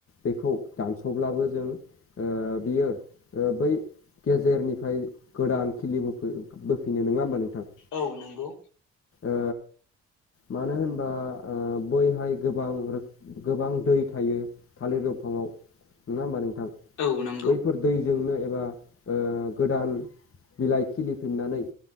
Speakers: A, on the left; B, on the left.
A: बेखौ दानस'ब्लाबो जों बियो बै गेजेरनिफ्राय गोदान खिलि बफै बोफिनो नङा होमबा नोंथां?
B: औ नंगौ।
A: ओ मानो होनबा? बैहाय गोबां रोखोम गोबां दै थायो थालिर दंफाङाव नङा होमबा नोंथां?
B: औ नंगौ
A: बैफोर दैजोंनो एबा गोदान बिलाइ खिलिफिननानै